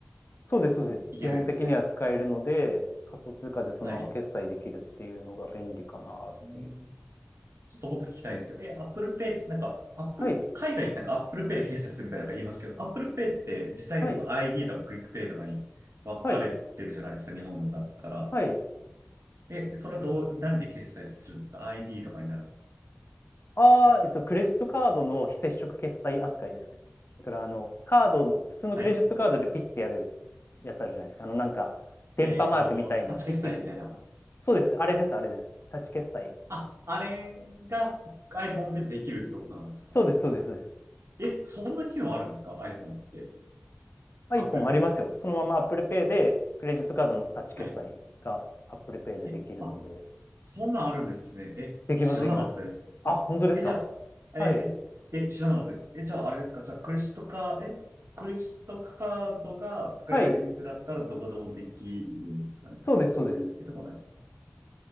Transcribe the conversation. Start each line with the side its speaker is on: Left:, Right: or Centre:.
Left: そうです、そうです。
Right: いけるんですね。
Left: 基本的には使えるので、仮想通貨でそのまま決済できるっていうのが便利かなっていう。
Right: はい。うんちょっともっと聞きたいんですけど、え、Apple Pay、なんか、Apple、
Left: はい、
Right: 海外ってなんか Apple Pay で決済するみたいなの言いますけど、Apple Pay って実際にこの
Left: はい、
Right: ID とか Quick Pay とかに分かれてるじゃないですか、
Left: はい、
Right: 日本だったら。
Left: はい。
Right: え、それはどう、何で決済するんですか ?ID とかになるんですか
Left: ああ、えっと、クレジットカードの非接触決済扱いですね。だから、あの、カードの、普通のクレジットカードでピッてやる
Right: はい。
Left: やつあるじゃないですか。あの、なんか、電波マークみたいな、
Right: えっと、タッチ決済みたいな。
Left: ピッピッピッ。そうです。あれです、あれです。タッチ決済。
Right: あ、あれが iPhone でできるってことなんですか
Left: そうです、そうです、そうです。
Right: え、そんな機能あるんですか ?iPhone って。
Left: iPhone
Right: Apple Pay。
Left: ありますよ。そのまま Apple Pay で、クレジットカードのタッチ決済が
Right: はい。
Left: Apple Pay でできるので、
Right: え、あ、そんなんあるんですね。え、
Left: できます、
Right: 知らなかったです。
Left: できます。あ、本当ですか。
Right: え、じゃあ、
Left: はい。
Right: えー、え、知らなかったです。え、じゃあ、あれですか。じゃあ、クレジットカード、え、クレジットカードが使える店だったらどこでもできるんですかね。
Left: はい。そうです、
Right: そういうわけでもない。
Left: そうです。